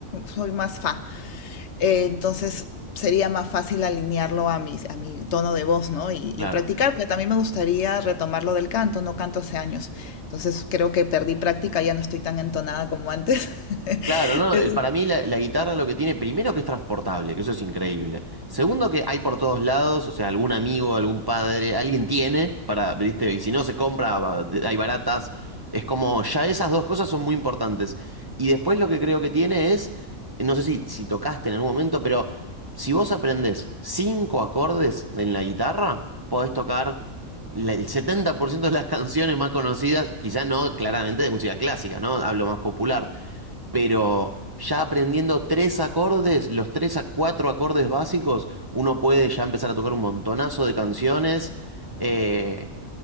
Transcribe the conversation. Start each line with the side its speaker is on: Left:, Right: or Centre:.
Left: soy más fa. Eh, entonces sería más fácil alinearlo a mi, a mi tono de voz, ¿no? Y,
Right: Claro.
Left: y practicar, porque también me gustaría retomar lo del canto, no canto hace años. Entonces creo que perdí práctica, ya no estoy tan entonada como antes. <laughs>
Right: Claro, no, el- para mí la, la guitarra lo que tiene, primero que es transportable, que eso es increíble. Segundo que hay por todos lados, o sea, algún amigo, algún padre, alguien tiene para, viste, y si no se compra, va- hay baratas. Es como, ya esas dos cosas son muy importantes. Y después lo que creo que tiene es, no sé si, si tocaste en algún momento, pero si vos aprendés cinco acordes en la guitarra, podés tocar la- el 70% de las <laughs> canciones más conocidas, quizás no claramente de música clásica, ¿no? Hablo más popular pero ya aprendiendo tres acordes, los tres a cuatro acordes básicos, uno puede ya empezar a tocar un montonazo de canciones. eh,